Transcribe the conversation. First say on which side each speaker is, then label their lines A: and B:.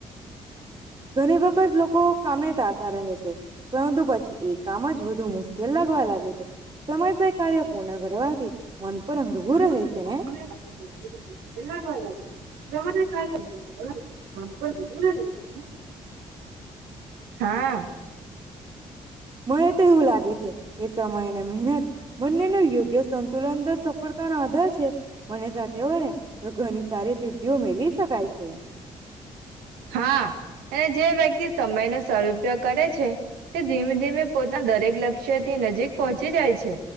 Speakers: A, on the right (about 30°); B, on the right (about 80°).
A: ઘણી વખત લોકો કામને <unintelligible> રહે છે. પરંતુ પછી એ કામ જ વધુ મુશ્કેલ લાગવા લાગે છે, સમયસય કાર્ય પૂર્ણ કરવાથી
B: <inaudible>
A: મન પણ હળવું રહે છે ને
B: જેના કારણે <inaudible> હા
A: મને તો એવું લાગે છે કે સમય અને મહેનત બંને નો યોગ્ય સંતુલન સફળતાનો આધાર છે. બંને સાથે હોય ને તો ઘની સારી સિદ્ધિઓ મેળવી શકાય છે
B: હા અને જે વ્યક્તિ સમયનો સદઉપયોગ કરે છે, તે ધીમે ધીમે પોતાના દરેક લક્ષ્યથી નજીક પહોંચી જાય છે